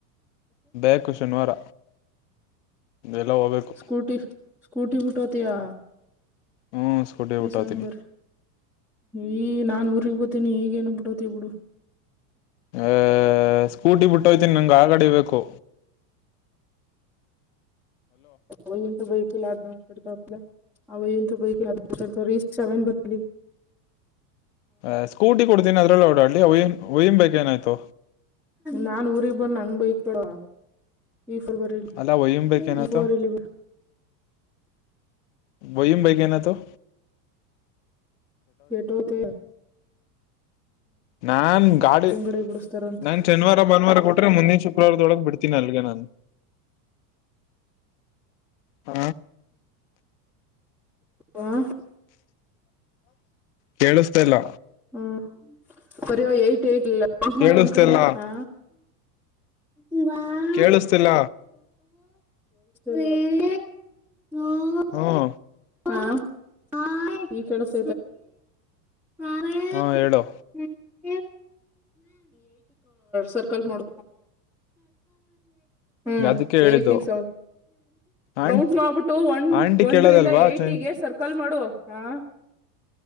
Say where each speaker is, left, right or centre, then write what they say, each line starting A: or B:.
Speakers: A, on the left (about 45°); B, in the centre.
A: ಬೇಕು ಶನಿವಾರ ಎಲ್ಲ ಹೋಗ್ಬೇಕು
B: ಸ್ಕೂಟಿ ಸ್ಕೂಟಿ ಪುಟೋತಿಯಾ
A: ಹ್ಮ್ ಸ್ಕೂಟಿ ಬಿಟ್ಟೋತೀನಿ
B: ಿಸೆಂಬರ್ ಈ ನಾನ್ ಊರ್ಗ್ ಹತೀನಿ ಈಗೇನ್ ಬಿಡೋತಿ ಬಿಡು
A: ಆಹ ಸ್ಕೂಟಿ ಬಿಟ್ಟ ಹೋಗ್ತೀನಿ ನಂಗಗೆ ಆಗ ನಡಿಬೇಕು
B: ಅವಂತ ಬೈಕ ಆ ಅವಂತ ಬೈಕ ತ ಇಸ್ ಸಾವ ಬಲಿ
A: ಹ ಸ್ಕೂಟಿ ಕೊಡ್ತಿನನ ಅದ್ರಲ್ಲಲ್ಲಿ ಓಡಾಡ್ಲಿ ಒಯಿ ಒಯಿನ್ ಬೈಕ್ ಏನಾಯ್ತು
B: ನಾನ್ ಊರಿಗ್ ಬಂದ ಹಂಗ ಬೈಕ್ಪಡ ಈ ಫೆ್ರವರಿಲಿ
A: ಅಲ್ಲ ಒಯ್ಯನ್ ಬೈಕ್ ಏನಾಯ್ತು
B: ಈ ಫ್ರವರಿಲಿ
A: ಬಯಮ ಬೈಕನ ತ
B: ಕೆಟುತ
A: ನಾನ್ ಗಾಡಿ
B: ಕಡೆ ಬಿಡಿಸತಾರಂತೆ
A: ನಾನ್ ಶನಿವಾರ ಭಾನುವಾರ ಕೊಟ್ರೆ ಮುಂದಿನು ಕುಡಗ್ ಬಿಡ್ತೀಿ ಅಲ್ಲಿಗೆಾನು ಹ
B: ಹ
A: ಕೇಳಿಸ್ತಿಲ್ಲ
B: ಹ್ಮ ಬರಿವಂ
A: ಕೇಳಿಸ್ತಿಲ್ಲ
B: ಮಾಡ ಒಂದ್ ಕಡಿಂದ ಹಾ ಒನ್
A: ಕೇಳಿಸ್ತಿಲ್ಲ
B: ಹ ಹ್ಮ
A: ಹ್ಮ
B: ಹಾ ಹ ಈ ಕೆಳಸ ಹಾರ
A: ಹಾ ಹೇಳು
B: ಹ್ಮ ಸರ್ಕಲ್ ಮಾಡ ಹ್ಮ್
A: ಅದಕ್ಕೆ ಹೇಳಿದ್ದು
B: ಏಿೌಂ
A: ಆಂ
B: ಕೌಂಟ್ ಮಾಡ್ಬಿಟ್ಟು ಒ
A: ಆಂಟಿ
B: ಒಂದ್ರಂದ
A: ಕೇಳೋದಲ್ವಾ ಚೇಂಜ್
B: ಇಟಿಗೆ ಸರ್ಕಲ್ ಮಾಡುವ ಹ